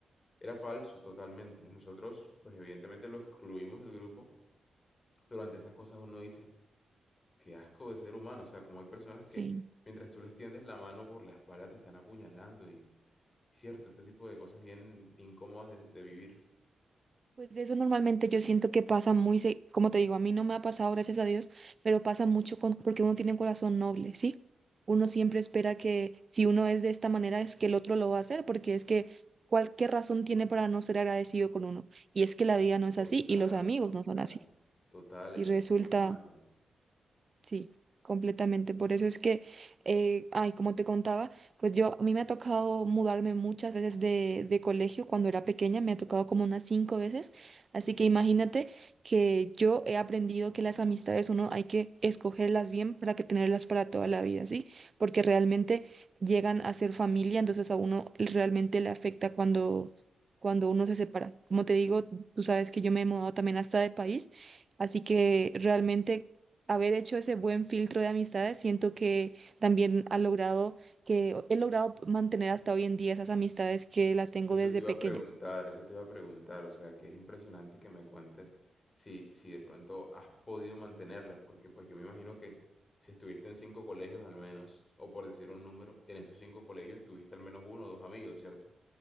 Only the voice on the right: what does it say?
Sí.
Pues de eso normalmente yo siento que pasa muy, se- como te digo, a mí no me ha pasado, gracias a Dios, pero pasa mucho con, porque uno tiene un corazón noble, ¿sí? Uno siempre espera que si uno es de esta manera es que el otro lo va a hacer, porque es que cualquier razón tiene para no ser agradecido con uno. Y es que la vida no es
así y los amigos
no son así.
Y
resulta
Sí, completamente. Por eso es que, eh, ay, como te contaba, pues yo, a mí me ha tocado mudarme muchas veces de, de colegio cuando era pequeña, me ha tocado como unas cinco veces. Así que imagínate que yo he aprendido que las amistades uno hay que escogerlas bien para que tenerlas para toda la vida, ¿sí? Porque realmente llegan a ser familia, entonces a uno realmente le afecta cuando, cuando uno se separa. Como te digo, tú sabes que yo me he mudado también hasta de país. Así que realmente haber hecho ese buen filtro de amistades, siento que también ha logrado que he logrado mantener hasta hoy en día esas amistades que las tengo
desde
pequeñas.